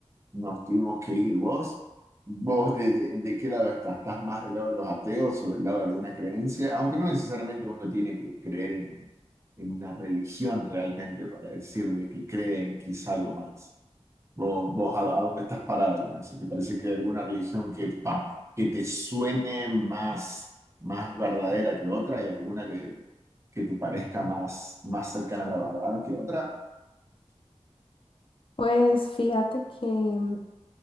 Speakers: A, on the right (about 25°); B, on the left (about 50°).
A: nos tuvimos que ir. ¿Vos, vos de, de, de qué lado estás? ¿Estás más del lado de los ateos o del lado de alguna creencia? Aunque no necesariamente uno tiene que creer en, en una religión realmente para decir de que cree en quizá algo más. ¿Vos, vos a, a dónde estás parado con eso? ¿Te parece que hay alguna religión que, pa- que te suene más, más verdadera que otra y alguna que, que te parezca más, más cercana a la verdad que otra?
B: Pues fíjate que mm,